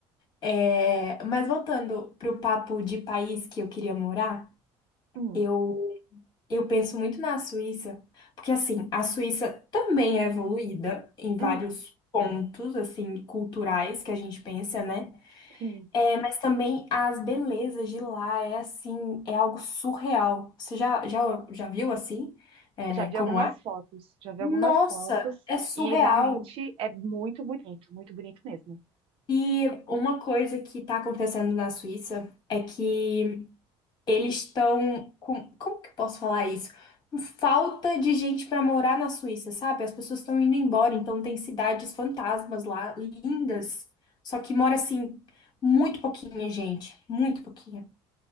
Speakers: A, on the left (about 40°); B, on the right (about 60°).
A: É, Mas voltando pro papo de país que eu queria morar,
B: Hum,
A: eu, eu penso muito na Suíça. Porque assim, a Suíça também é evoluída em vários
B: uhum,
A: pontos assim culturais que a gente pensa, né?
B: sim.
A: É, mas também as belezas de lá é assim, é algo surreal. Você já, já, já viu assim? É,
B: Já vi
A: como
B: algumas
A: é?
B: fotos, já vi
A: Nossa,
B: algumas fotos
A: é surreal.
B: e realmente é muito bonito, muito bonito mesmo.
A: E uma coisa que tá acontecendo na Suíça é que eles estão com, como que eu posso falar isso? Com falta de gente pra morar na Suíça, sabe? As pessoas estão indo embora, então tem cidades fantasmas lá, lindas. Só que mora assim muito pouquinha gente, muito pouquinha.